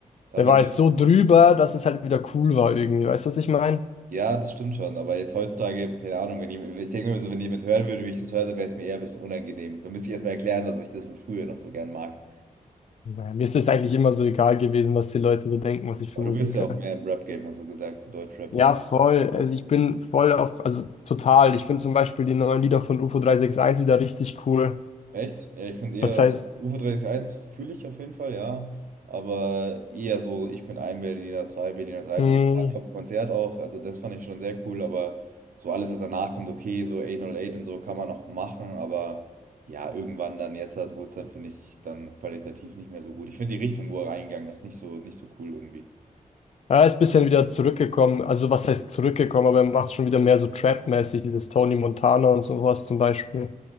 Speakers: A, on the right; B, on the left.
A: Damals,
B: Der war halt so drüber, dass es halt wieder cool war irgendwie. Weißt du, was ich meine?
A: ja, das stimmt schon. Aber jetzt heutzutage, keine Ahnung, wenn jemand, ich denke mir so, wenn jemand hören würde, wie ich das höre, dann wäre es mir eher ein bisschen unangenehm. Dann müsste ich erstmal erklären, dass ich das von früher noch so gern mag.
B: Naja, mir ist es eigentlich immer so egal gewesen, was die Leute so denken, was ich
A: Aber
B: für Musik
A: du bist ja
B: höre.
A: auch mehr im Rap-Game, hast du gesagt, zu Deutschrap
B: Ja,
A: und so.
B: voll. Also ich bin voll auf, also total. Ich finde zum Beispiel die neuen Lieder von UFO 361 wieder richtig cool.
A: Echt? Ja, ich finde eher,
B: Was heißt,
A: also UFO361 fühle ich auf jeden Fall, ja. Aber eher so, ich bin ein Berliner, zwei Berliner, drei
B: hm,
A: Berliner. War ich auf dem Konzert auch, also das fand ich schon sehr cool, aber so alles, was danach kommt, okay, so 808 und so kann man noch machen, aber ja, irgendwann dann jetzt hat wurde es dann, finde ich, dann qualitativ nicht mehr so gut. Ich finde die Richtung, wo er reingegangen ist, nicht so, nicht so cool irgendwie.
B: er ist ein bisschen wieder zurückgekommen. Also was heißt zurückgekommen, aber er macht schon wieder mehr so Trap-mäßig, dieses Tony Montana und sowas zum Beispiel.